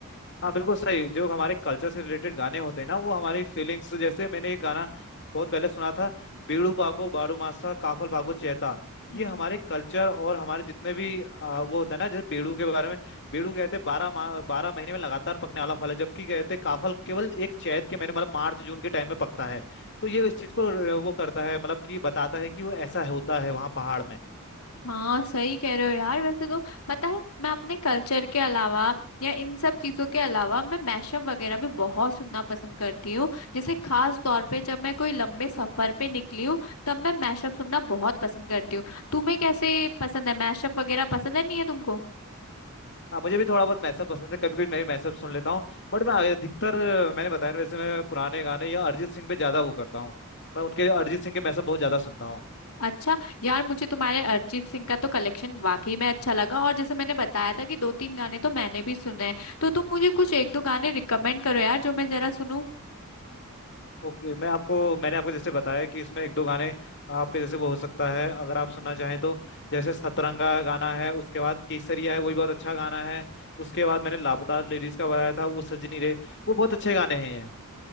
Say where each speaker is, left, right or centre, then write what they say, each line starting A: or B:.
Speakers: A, on the left; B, on the left.
A: हाँ बिल्कुल सही जो हमारे कल्चर से रिलेटेड गाने होते हैं ना वो हमारी फीलिंग्स जैसे मैंने एक गाना बहुत पहले सुना था बीड़ू पागो बाड़ू मासा काफल भागो चेता ये
B: है
A: हमारे कल्चर और हमारे जितने भी आ, वो होता है ना जैसे बीड़ू के बारे में बीड़ू कहते हैं बारह मा- बारह महीने में लगातार पकने वाला फल है जबकि कहते हैं काफल केवल एक चैत के महीने मतलब मार्च जून के टाइम में पकता है तो ये इस चीज को र- वो करता है मतलब कि बताता है कि वो ऐसा होता है वहाँ पहाड़ में
B: हाँ सही कह रहे हो यार वैसे तो पता है मैं अपने कल्चर के अलावा या इन सब चीजों के अलावा मैं मैशअप वगैरह भी बहुत सुनना पसंद करती हूँ जैसे खास तौर पे जब मैं कोई लंबे सफर पे निकली हूँ तब मैं मैशअप सुनना बहुत पसंद करती हूँ तुम्हें कैसे पसंद है मैशअप वगैरह पसंद है नहीं है तुमको
A: हाँ मुझे भी थोड़ा बहुत मैसअप पसंद है कभी कभी मैं भी मैसअप सुन लेता हूँ बट मैं अधिकतर मैंने बताया ना, वैसे मैं पुराने गाने या अरिजीत सिंह पे ज्यादा वो करता हूँ मैं उनके अरिजीत सिंह के मैसअप बहुत ज्यादा सुनता हूँ
B: अच्छा यार मुझे तुम्हारे अरिजीत सिंह का तो कलेक्शन वाकई में अच्छा लगा और जैसे मैंने बताया था कि दो तीन गाने तो मैंने भी सुने हैं तो तुम मुझे कुछ एक दो गाने रिकमेंड करो यार जो मैं जरा सुनूं
A: ओके मैं आपको मैंने आपको जैसे बताया कि इसमें एक दो गाने आपके जैसे वो हो सकता है अगर आप सुनना चाहें तो जैसे सतरंगा गाना है उसके बाद केसरिया है वो भी बहुत अच्छा गाना है उसके बाद मैंने लापता लेडीज का बताया था वो सजनी रे वो बहुत अच्छे गाने हैं ये